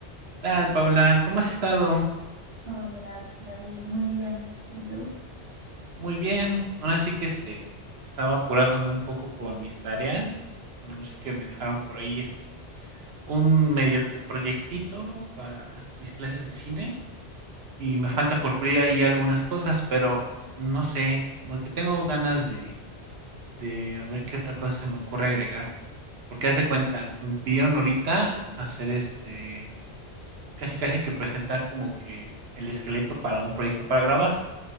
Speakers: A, on the right; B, on the right.
A: ¿Qué tal, Paula? ¿Cómo has estado?
B: Hola, la- David, muy bien. ¿Y tú?
A: Muy bien. Ahora sí que este estaba apurándome un poco con mis tareas. mm, Así que me dejaron por ahí este un medio que proyectito para mis clases de cine y me falta por pulir ahí algunas cosas, pero no sé, como que tengo ganas de de a ver qué otra cosa se me ocurre agregar. Porque haz de cuenta, me pidieron ahorita hacer este casi casi que presentar como que el esqueleto para un proyecto para grabar.